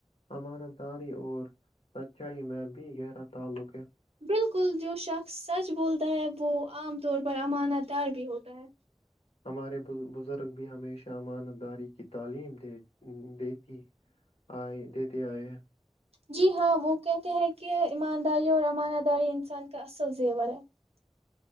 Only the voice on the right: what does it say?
بالکل جو شخص سچ بولتا ہے وہ عام طور پر امانت دار بھی ہوتا ہے
جی ہاں وہ کہتے ہیں کہ ایمانداری اور امانہ داری انسان کا اصل زیور ہے <unintelligible>